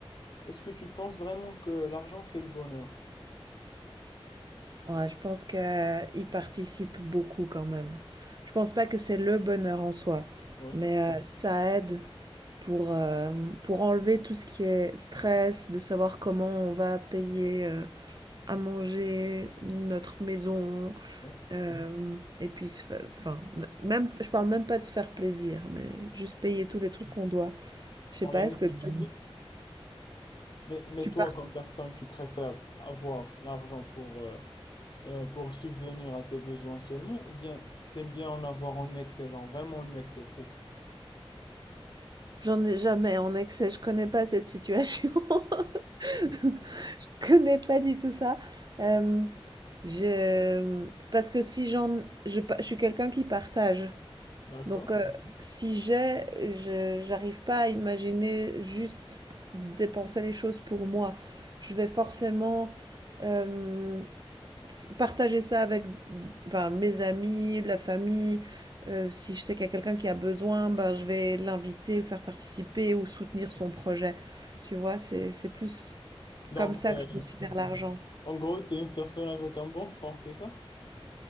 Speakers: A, on the left; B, on the right.
A: Est-ce que tu penses vraiment que l'argent fait le bonheur?
B: Ouais, je pense qu'il participe beaucoup quand même. Je pense pas que c'est le bonheur en soi,
A: Ouais,
B: mais euh, ça aide pour, euh, pour enlever tout ce qui est stress, de savoir comment on va payer euh, à manger, notre maison,
A: ouais.
B: euh, et puis, se fa- enfin, m- même, je parle même pas de se faire plaisir, mais juste payer tous les trucs qu'on doit. Je sais
A: Dans
B: pas,
A: les nécessités.
B: est-ce que tu,
A: Mais, mais
B: tu
A: toi,
B: pars?
A: comme personne, tu préfères avoir l'argent pour euh, euh, pour subvenir à tes besoins seulement, ou bien t'aimes bien en avoir en excès, genre vraiment en excès trop.
B: J'en ai jamais en excès, je connais pas cette situation. <laughs> <laughs> Je connais pas du tout ça. Euh, je... Parce que si j'en... Je, pa- je suis quelqu'un qui partage.
A: D'accord?
B: Donc, euh, Mhm. si j'ai, je, j'arrive pas à imaginer juste dépenser les choses pour moi. Je vais forcément euh, f- partager ça avec ben, mes amis, la famille. Euh, si je sais qu'il y a quelqu'un qui a besoin, ben, je vais l'inviter, le faire participer ou soutenir son projet. Tu vois, c'est, c'est plus
A: Donc,
B: comme ça
A: euh,
B: que je considère l'argent.
A: en gros, t'es une personne avec un bon fond, c'est ça?